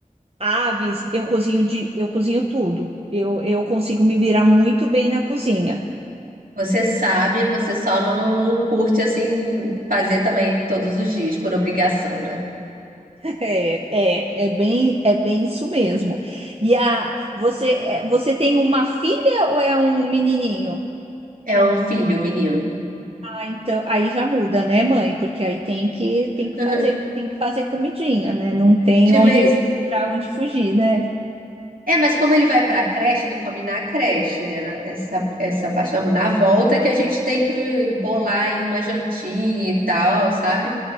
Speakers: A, on the right; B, on the right.
A: Aves, eu cozinho de, eu cozinho tudo. Eu, eu consigo me virar muito bem na cozinha.
B: Você sabe, você só não, não curte, assim, fazer também todos os dias, por obrigação, né?
A: <laughs> É, é, é bem, é bem isso mesmo. E a, você, é, você tem uma filha ou é um menininho?
B: É um filho, menino.
A: Ah, então, aí já muda, né, mãe? Porque aí tem que, tem que
B: <laughs>
A: fazer, tem que fazer comidinha, né? Não tem
B: De
A: onde,
B: vez.
A: para onde fugir, né?
B: É, mas como ele vai pra creche, ele come na creche, né? Na- essa, essa parte da... Na volta que a gente tem que bolar aí uma jantinha e tal, sabe?